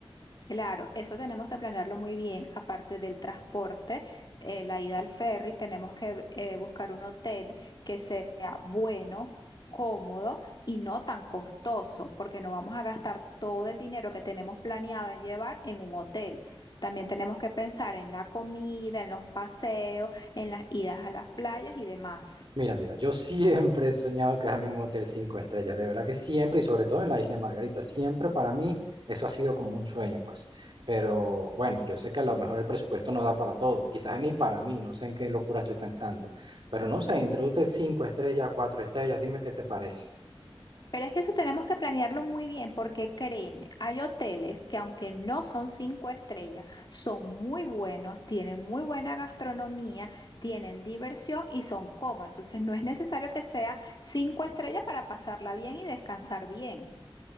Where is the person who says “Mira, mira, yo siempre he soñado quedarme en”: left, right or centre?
Right